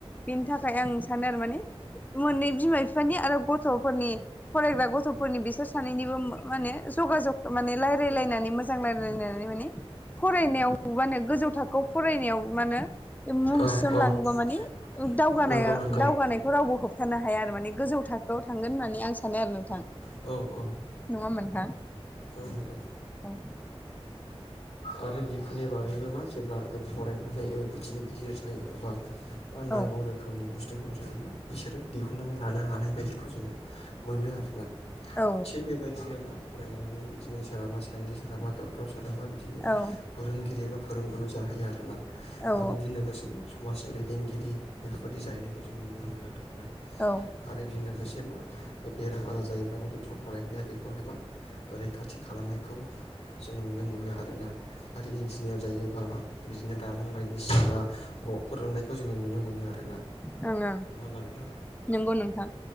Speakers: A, on the left; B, on the left.
A: बेनि थाखाय आं सानो आरो माने मोननै बिमा बिफानि आरो गथ'फोरनि फरायग्रा गथ'फोरनि बिसोर सानैनिबो माने जगाजग माने रायलायलायनानै नानै मानि फरायनायाव मा होन गोजौ थाखोआव फरायनायाव मा होनो मुं
B: गथ'फोरखौ
A: थिसनलाङोबा माने
B: माने
A: दावगानाय दावगानायखौ रावबो होबथानो हाया आरो माने गोजौ थाखोआव थांगोन होननानै आं सानो आरो नोंथां
B: औ औ
A: नङा होनबा नोंथां
B: औ नंगौ
A: औ
B: आरो बेफोरनि बागैबो मा जेब्ला फरायनानै बिदिनो गिदिर जायो अबब्ला मा
A: औ
B: नांगौ रोखोमनि बुस्थुखौ जोङो मा बिसोरो दिहुनन्नानै लानो हानाय बायदिखौ जोङो मोनो आरोना
A: औ
B: थिग बेबायदिनो मा फरायलानानै बिदिनो सोरहाबा साइन्टिस् सोरहाबा डक्टर सोरहाबा बिदिनो
A: औ
B: फोरोंगिरि एबा फोरोंगुरु जाहोयो आरोना
A: औ
B: आरो बेजों लोगोसे मा समाजनि दैदेनगिरि बेफोरबायाददि जाहैनायखौ जों नुनो मोनो आरोोना
A: औ ओं
B: आरो बिदिनो लोगोसे मा बेराम आजार जायोब्लाबो जस्र' फरायग्राया बेखौहाय मा रैखाथि खालामनायखौ जों नुनो मोनो आरोना आरो इन्जिनियार जायोबा मा बिदिनो दालां बायदिसिना न'ख रुनायखौ जोङो नुनो मोनो आरो ना
A: ओं
B: नङा होनबा नोंथां
A: नंगौ नोंथां